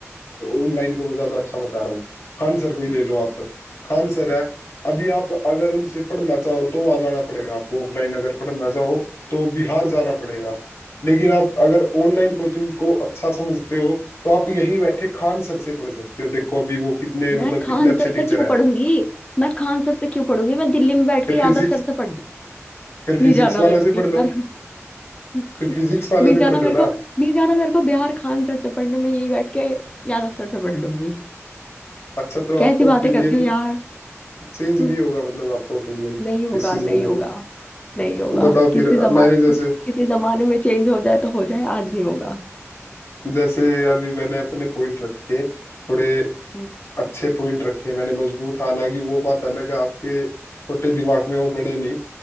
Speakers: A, on the left; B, on the left.
A: ऑनलाइन को मैं ज्यादा अच्छा बता रहा हूँ खान सर को ही ले लो आप खान सर है अभी आप अगर उनसे पढ़ना चाहो तो वहां जाना पड़ेगा आपको ऑफलाइन अगर पढ़ना चाहो तो बिहार जाना पड़ेगा लेकिन आप अगर ऑनलाइन कोचिंग को अच्छा समझते हो तो आप यहीं बैठे खान सर से पढ़ सकते हो देखो अभी वो कितने
B: मैं
A: मतलब
B: खान
A: कितने अच्छे
B: सर
A: टीचर
B: से क्यों
A: है
B: पढ़ूंगी मैं खान सर से क्यों पढ़ूंगी मैं दिल्ली में बैठ
A: फिर
B: के यादव
A: फिजिक्स
B: सर से पढ़ लूं
A: फिर
B: नहीं
A: फिजिक्स
B: जाना
A: वाले
B: मेरे को
A: से
B: बिहार
A: पढ़ लो
B: <laughs>
A: फिर फिजिक्स वाले
B: नहीं
A: से
B: जाना
A: पढ़ लो
B: मेरे को
A: ना
B: नहीं जाना मेरे को बिहार खान सर से पढ़ने में यही बैठ के यादव सर से पढ़ लूंगी
A: अच्छा तो आपका
B: कैसी बातें
A: ओपिनियन
B: करते हो यार
A: चेंज नहीं
B: हम्म,
A: होगा मतलब आपका ओपिनियन
B: नहीं होगा
A: इस चीज
B: नहीं
A: को लेके
B: होगा नहीं होगा
A: तो बताओ
B: किसी
A: फिर
B: जमाने
A: मैंने जैसे
B: में किसी जमाने में चेंज हो जाए तो हो जाए आज नहीं होगा <laughs>
A: जैसे अभी मैंने अपने पॉइंट रखे थोड़े
B: हम्म।
A: अच्छे पॉइंट रखे मैंने मजबूत हालांकि वो बात अलग है आपके छोटे दिमाग में वो बड़े नहीं